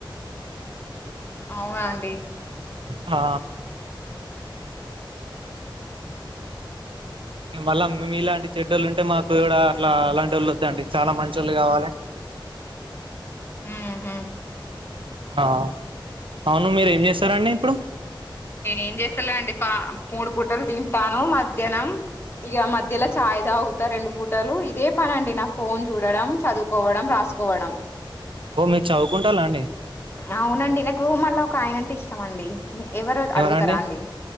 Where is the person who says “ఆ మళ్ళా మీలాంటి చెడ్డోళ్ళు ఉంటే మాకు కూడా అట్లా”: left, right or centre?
Right